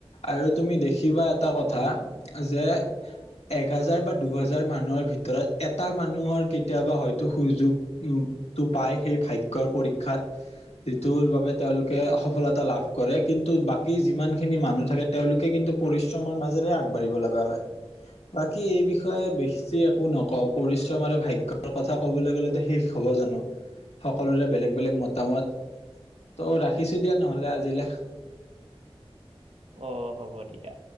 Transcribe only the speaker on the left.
আৰু তুমি দেখিবা এটা কথা যে- এক হাজাৰ বা দুহাজাৰ মানুহৰ ভিতৰত এটা মানুহৰ কেতিয়াবা হয়তো সুযোগ- উম, টো পাই সেই ভাগ্যৰ পৰীক্ষাত। যিটোৰ বাবে তেওঁলোকে সফলতা লাভ কৰে, কিন্তু বা- কি যিমান খিনি মানুহ থাকে, তেওঁলোকে কিন্তু পৰিশ্ৰমৰ মাজেৰে আগবাঢ়িব লগা হয়। বাকী এই বিষয়ে বেছি একো নকওঁ, পৰিশ্ৰম আৰু ভাগ্যৰ কথা ক'বলৈ গ'লে শেষ- হ'ব জানো, সকলোৰে বেলেগ-বেলেগ মতামত। ত' ৰাখিছো দিয়া নহলে আজিলে।